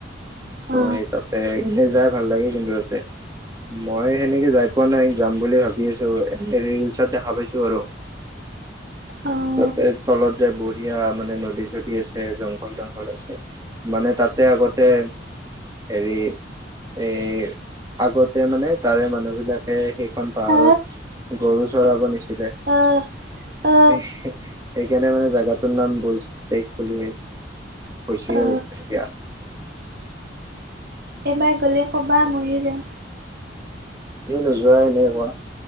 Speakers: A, on the right; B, on the right.
A: অ
B: ত এই তাতে এনেই যাই ভাল লাগে কিন্তু তাতে। মই সেনেকে যাই পোৱা নাই, যাম বুলি ভাবি আছো। ৰিলচত দেখা পাইছো আৰু
A: অ'
B: তাতে তলত যায় বঢ়িয়া মানে নদী চদী আছে, জংঘল জংঘল আছে, মানে তাতে আগতে হেৰি এই আগতে মানে তাৰে মানুহ বিলাকে সে- প পাৰত
A: অ
B: <unintelligible> গৰুচৰাব নি <unintelligible> সেইকাৰনেে
A: অ অ
B: মানে জোগাটোৰ নাম বুল্স বেক বুলি খুছিয়ে
A: অ
B: তেতিয়া
A: এবাৰ গ'লে কব মৰিও যাম
B: ক নো যোৱাই ন কোৱা